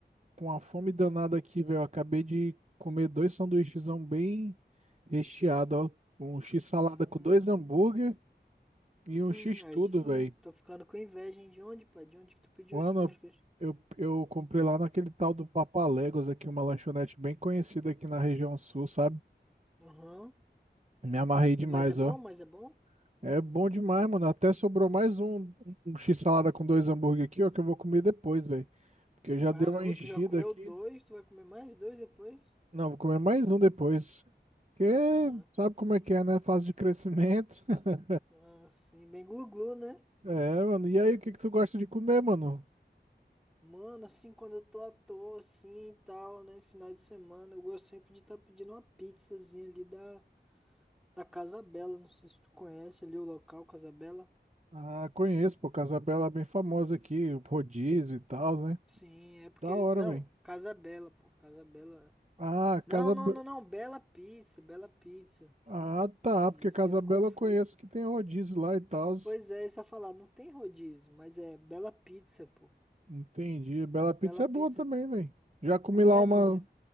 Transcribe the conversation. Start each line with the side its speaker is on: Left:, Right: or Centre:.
Right: com uma fome danada aqui, velho. Eu Acabei de comer dois sanduíchezão bem recheado, ó. Um x-salada
Centre: Hum,
Right: com dois hambúrguer
Centre: hum,
Right: e um x-tudo,
Centre: aí sim,
Right: velho.
Centre: hein? tô ficando com inveja, hein? De onde, pai? De onde que tu pediu
Right: Mano,
Centre: esse lanche? que eu-
Right: eu, eu comprei lá naquele tal do Papaléguas aqui, uma lanchonete bem conhecida aqui na região sul, sabe?
Centre: Aham.
Right: Me amarrei demais,
Centre: E mas é bom?
Right: ó.
Centre: Mas é bom?
Right: É bom demais, mano. Até sobrou mais um, um x-salada com dois hambúrguer aqui, ó, que eu vou comer depois, velho. Porque eu já
Centre: Caramba,
Right: dei uma enchida
Centre: tu já comeu
Right: aqui.
Centre: dois, tu vai comer mais dois depois?
Right: Não, vou comer mais um depois. Porque
Centre: Ah, tá.
Right: sabe como é que é, né? Fase de crescimento. <laughs>
Centre: Ah, sim, bem glu-glu, né?
Right: É, mano. E aí, o que que tu gosta de comer, mano?
Centre: Mano, assim, quando eu tô à toa, assim e tal, né? Final de semana, eu gosto sempre de estar pedindo uma pizzazinha ali da, da Casa Bela. Não sei se tu conhece ali o local, Casa Bela.
Right: Ah, conheço, pô. Casabela é bem famosa aqui, o rodízio e tal, né?
Centre: Sim, é porque.
Right: Da hora,
Centre: Não,
Right: velho.
Centre: Casa Bela, pô. Casa Bela.
Right: Ah,
Centre: Não,
Right: Casa...
Centre: não,
Right: Be-
Centre: não, não. Bela Pizza, Bela Pizza.
Right: Ah, tá.
Centre: Podia,
Right: Porque
Centre: eu
Right: Casabela
Centre: sempre confundo.
Right: eu conheço que tem um rodízio lá e tal.
Centre: Pois é, isso eu ia falar, não tem rodízio, mas é Bela Pizza, pô.
Right: Entendi. Bela Pizza
Centre: Bela Pizza,
Right: é boa também, velho. Já comi
Centre: tu conhece?
Right: lá uma.
Centre: É-